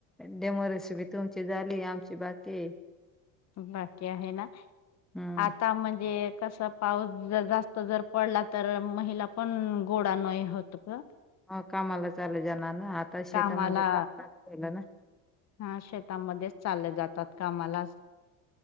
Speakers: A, in the centre; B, on the left.
A: डेमो रेसीपी तुमची झाली आमची बाकी आहे.
B: बाकी आहे ना.
A: हम्म
B: आता म्हणजे कस पाऊस जास्त जर पडला तर महिला पण गोडा नाही होत ग
A: ह कामाला चाले जाणार ना आता शेतामध्ये
B: कामाला
A: काम लागल.
B: हा शेतामध्येच चालले जातात कामाला.